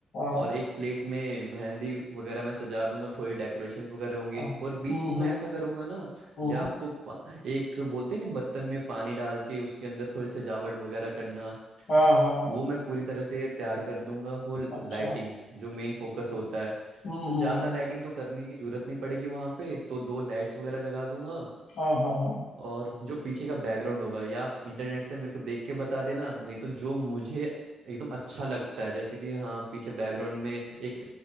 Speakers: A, on the left; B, on the right.
A: हाँ
B: और एक प्लेट में मेहंदी वगैरह मैं सजा दूंगा थोड़ी डेकोरेशंस वगैरह होंगी
A: हाँ
B: और बीच
A: हम्म
B: में मैं
A: हम्म
B: ऐसा करूंगा ना
A: हम्म,
B: या आपको पा- एक बोलते हैं ना बर्तन में पानी डाल के उसके अंदर थोड़ी सजावट वगैरह करना
A: हाँ हाँ हाँ
B: वो मैं पूरी तरह से तैयार कर दूंगा होल
A: अच्छा
B: लाइटिंग जो मेन फोकस होता है
A: हम्म हम्म
B: तो ज़्यादा
A: हम्म।
B: लाइटिंग तो करने की जरूरत नहीं पड़ेगी वहाँ पे तो दो लाइट्स वगैरह लगा दूंगा
A: हाँ हाँ हाँ
B: और जो पीछे का बैकग्राउंड होगा या आप इंटरनेट से मेरे को देख के बता देना नहीं तो जो मुझे एकदम अच्छा लगता है जैसे कि हाँ पीछे बैकग्राउंड में एक